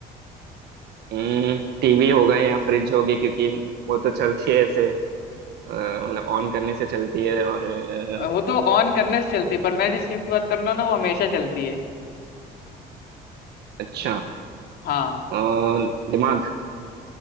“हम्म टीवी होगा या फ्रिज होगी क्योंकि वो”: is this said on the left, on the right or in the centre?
Right